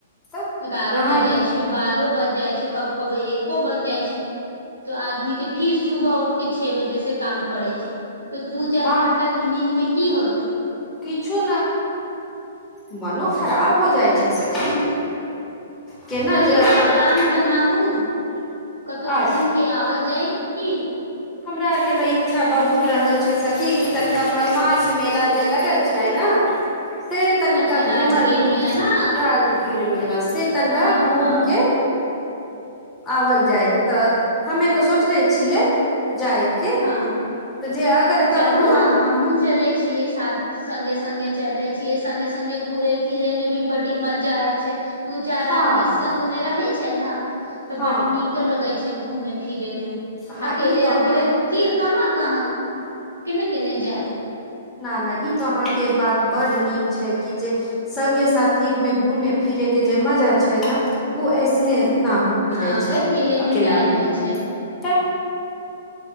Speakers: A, on the left; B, on the right.
A: तऽ
B: एगारहो
A: अहाँ
B: बजे छै बारहो बजे बज जाइ छै कबो कब एको बज जाइ छै तऽ आदमी के फिर सुबह उठके छओ बजे से काम करै छै तऽ दू चार
A: हँ
B: घण्टाे नींद मे की होतै
A: किछु ने मनो खराब हो जाइ छै सखी
B: ह
A: केना
B: चलू
A: जे अहाँ
B: ने प्लान बनाहू कतौ
A: आ
B: घूम के आवल जाय की
A: हमरा आरके तऽ इच्छा बहुत रहल छै सखी कि तनिका मलमाछ मेला जे लगल छै ने से तनिका
B: अच्छा राजगीर
A: घूमल
B: मेला न
A: राजगीर मेला से तनिका
B: हँ
A: घूम
B: हँ
A: के आओल जाय तऽ हमे तो सोचले छियै जायके
B: हँ
A: तऽ जे अगर
B: तऽ
A: कहबू
B: चलू ने
A: अहाँ
B: हमहुूँ चलै छियै साथ संग्गे स्गे चले छियै सगे सगे घूुरे फिरे में भी बड़ी मजा आय छै दू चार
A: हँ
B: आदमी संगग में रहैत छैना तऽ
A: हँ
B: बडी नीक लगाई घूमे फिरे में
A: हँ
B: अकेल
A: ई तो अहाँ
B: अकेल कहाँ कहाँ कने किने जााद
A: न नहि ई तो अहाँके बात बड नीक छै कि जे सगे साथी मे घूमे फिरे के जे मजा छै ने ओ ऐसने न हो मिलै
B: हँ
A: छै
B: अकेले
A: अकेला
B: नहि
A: मे
B: होइ छै
A: तऽ